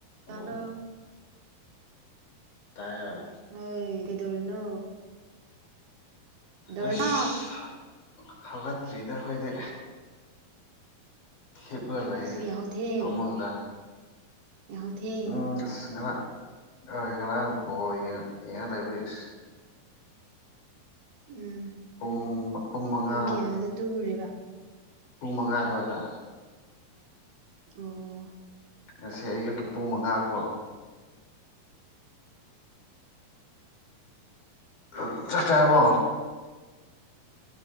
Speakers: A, on the left; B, on the right.
A: hello
B: ꯇꯕ꯭ꯔꯣ
A: UNINTELLIGIBLE
B: ꯅꯣꯏ ꯀꯩꯗꯧꯔꯤꯅꯣ ꯀꯩꯗꯧꯔꯤꯅꯣ
A: ꯑꯥꯁ ꯍꯧꯒꯠꯇ꯭ꯔꯤꯗ ꯑꯩꯈꯣꯏꯗꯤ ꯍꯤꯞꯂ ꯂꯩꯔꯦ
B: ꯑꯁ ꯌꯥꯍꯧꯊꯦꯡ
A: ꯐꯃꯨꯡꯗ
B: ꯌꯥꯍꯧꯊꯦꯡ
A: ꯎꯝ ꯑꯁ ꯉꯔꯥꯛ ꯑꯥ ꯉꯔꯥꯡ ꯕꯣꯜ ꯌꯦꯡꯉ ꯌꯦꯡꯉ ꯂꯩꯕꯩ
B: ꯎꯝ
A: ꯄꯨꯡ ꯄꯨꯡ ꯃꯉꯥ
B: ꯀꯌꯥꯗ ꯇꯨꯝꯃꯨꯔꯤꯕ
A: ꯄꯨꯡ ꯃꯉꯥ ꯑꯗꯨꯋꯥꯏꯗ
B: ꯎꯝ
A: ꯉꯁꯤ ꯑꯌꯨꯛꯀꯤ ꯄꯨꯡ ꯃꯉꯥ ꯀꯣ ꯑꯥ ꯆꯥꯛ ꯆꯥꯔꯕꯣ